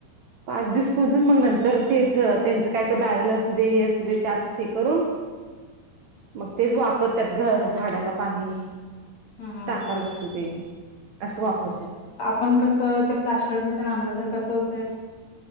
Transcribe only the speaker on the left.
ह
हम्म हम्म
हम्म
पण कसं ते प्लास्टरचं तेन आणलं तर कसं होतंय